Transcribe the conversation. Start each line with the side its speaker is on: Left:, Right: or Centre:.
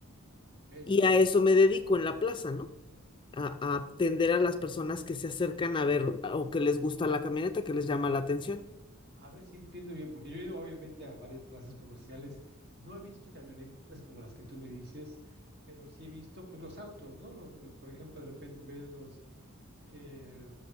Right: Ok.
Left: y a eso me dedico en la plaza, ¿no? a, a atender a las personas que se acercan a ver o que les gusta la camioneta, que les llama la atención.
Right: A ver si entiendo bien, porque yo he ido obviamente a varias plazas comerciales. No he visto camionetitas como las que tú me dices, pero sí he visto pues los autos, ¿no? Los, los- por ejemplo, de repente ves los eh,